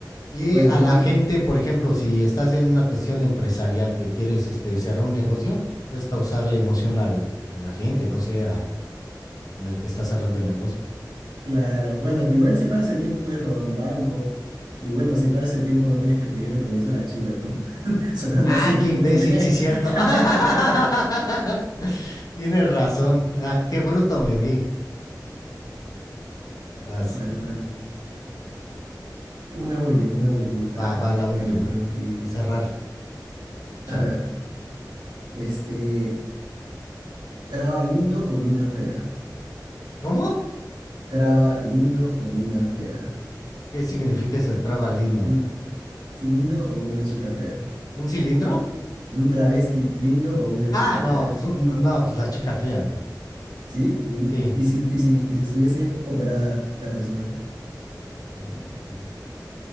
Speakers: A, on the left; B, on the right.
A: y
B: Bueno,
A: a
B: al menos.
A: la gente, por ejemplo, si estás en una cuestión empresarial que quieres este, cerrar un negocio, puedes causarle emoción al, a la gente, no sé, a- con el que está cerrando el negocio.
B: Claro, bueno, igual si paras el tiempo puedes robar un banco. Y bueno, si paras el tiempo no tienes que pedirle permiso a la chica, ¿no? <laughs> Sonando
A: Ah,
B: así bien
A: qué imbécil,
B: pendejo.
A: sí cierto. <laughs>
B: <laughs>
A: Tienes razón. Ah, qué bruto me vi. As-
B: Vale, vale. Una última, una última para...
A: Va, va la última.
B: Ya me tengo que ir
A: Va
B: ya.
A: a cerrar. Échale.
B: A ver, este... ¿Traba lindo o mina fea?
A: ¿Cómo?
B: ¿Traba lindo o mina fea?
A: ¿Qué significa eso de traba lindo?
B: ¿Un travesti lindo o una chica fea?
A: ¿Un cilindro?
B: ¿Un travesti lindo o una
A: Ah,
B: chica
A: no,
B: fea?
A: pues, un- no, pues la chica fea, güey.
B: ¿Sí? ¿Sí?
A: Sí.
B: ¿Y si, y si, y si estuviese operada la persona?
A: Mm,